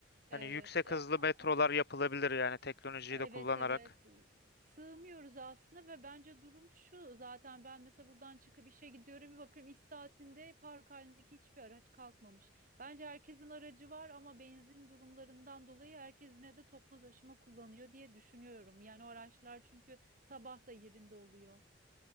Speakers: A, on the right (about 45°); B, on the left (about 55°).
A: Evet.
B: Hani yüksek
A: Ya,
B: hızlı
A: ah,
B: metrolar yapılabilir yani teknolojiyi
A: evet
B: de kullanarak.
A: evet. Sığmıyoruz aslında ve bence durum şu. Zaten ben mesela buradan çıkıp işe gidiyorum. Bir bakıyorum iş saatinde park halindeki hiçbir araç kalkmamış. Bence herkesin aracı var ama benzin durumlarından dolayı herkes yine de toplu taşıma kullanıyor diye düşünüyorum. Yani o araçlar çünkü sabah da yerinde oluyor.